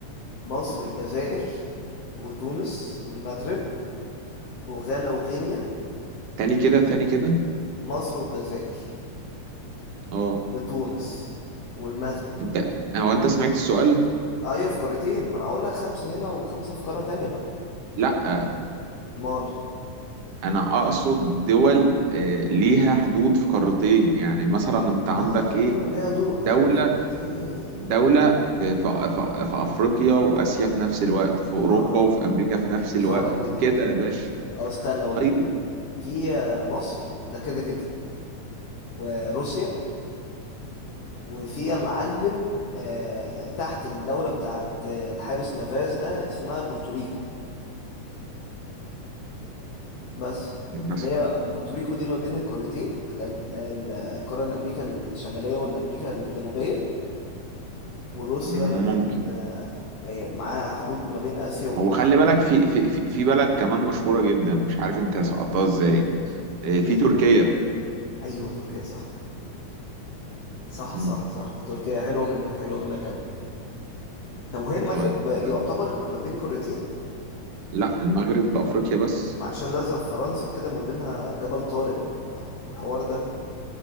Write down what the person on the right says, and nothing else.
تاني كده تاني كده
اه
انت هو انت سمعت السؤال
لا
انا اقصد دول آه، ليها حدود في قارتين يعني مثلا انت عندك
ايه
دولة
دولة في في في في افريقيا واسيا في نفس الوقت في اوروبا
وفي امريكا في نفس
الوقت
كده يا باشا
طيب
مثلا
ممكن
هو خلي بالك في في في في بلد كمان مشهورة جدا مش عارف انت سقطتها ازاي آه،
في تركيا
مم،
طيب
طيب.
لا المغرب بافريقيا بس